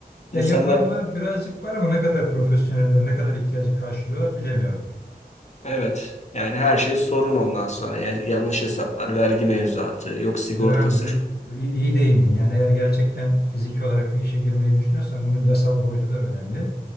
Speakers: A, on the left; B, on the left.
A: İnsanlar
B: Yani yapanlar birazcık var ama ne kadar profesyoneller, ne kadar ihtiyacı karşılıyorlar bilemiyorum.
A: evet yani her şey sorun ondan sonra Ya- yanlış hesaplar vergi mevzuatı yok sigortası
B: Ben bu- iyi iyi değindin. Yani eğer gerçekten fiziki olarak bir işe girmeyi düşünüyorsan bunun yasal boyutu da önemli.